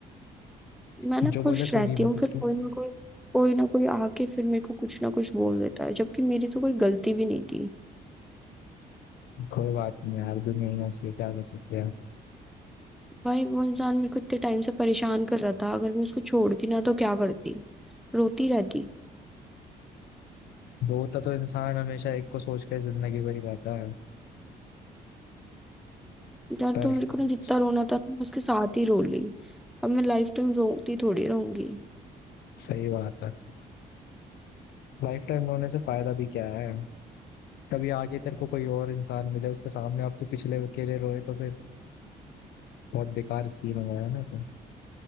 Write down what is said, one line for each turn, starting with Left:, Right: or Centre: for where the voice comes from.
Centre: मैं ना
Left: जो
Centre: खुश
Left: बोले सुनी
Centre: रहती
Left: मत
Centre: हूँ
Left: उसकी
Centre: फिर कोई ना कोई कोई ना कोई आके फिर मेरे को कुछ ना कुछ बोल देता है जबकि मेरी तो कोई गलती भी नहीं थी
Left: कोई बात नहीं यार दुनिया ही ऐसी है, क्या कर सकते हैं
Centre: भाई वो इंसान मेरे को इतने टाइम से परेशान कर रहा था अगर मैं उसको छोड़ती ना तो क्या करती रोती रहती
Left: दो तो, तो इंसान हमेशा एक को सोच के जिंदगी भरी रहता है
Centre: यार
Left: पर
Centre: तो मेरे को ना जितना
Left: स-
Centre: रोना था मैं उसके साथ ही रो ली अब मैं लाइफ टाइम रोती थोड़ी रहूंगी
Left: सही बात है लाइफ टाइम रोने से फायदा भी क्या है कभी आगे तेरे को कोई और इंसान मिले उसके सामने आप तो पिछले के लिए रोए तो फिर बहुत बेकार सीन हो गया ना तो